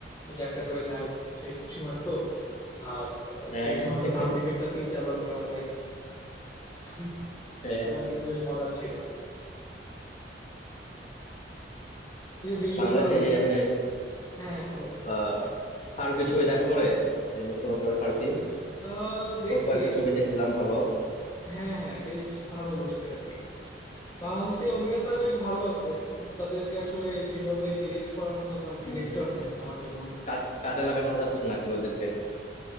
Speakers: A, on the left; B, on the left.
A: ওই যে একটা করে নায়ক এসে ঘুষি মারতো আর আহ,
B: হ্যাঁ
A: সেই
B: হ্যাঁ
A: সাউন্ড ইফেক্টটা তিন চারবার করে আমরা পাইতাম <laughs>
B: হ্যাঁ।
A: এগুলা কিন্তু বেশ মজার ছিল এই যে বৃহস্পতিবার
B: বাংলাদেশে
A: হইল
B: যে এমনি
A: হ্যাঁ হ্যাঁ বলো
B: যে ফারুকি ছবি দেখা পড়ে ওই যে মোস্তফা সরোয়ার ফারুকি
A: আহ দেখছি
B: ওর কয়েকটা ছবি দেখছিলাম ভালো
A: হ্যাঁ হ্যাঁ বেশ ভালো করছে আর কি বাংলাদেশে অভিনেতা বেশ ভালো আছে কিন্তু তাদেরকে আসলে সেইভাবে ডিরেক্ট করার মতো ভালো ডিরেক্টর
B: উম,
A: নাই আমার যা মনে হয়
B: কাজ- কাজে লাগানো যাচ্ছে না আর কি ওদেরকে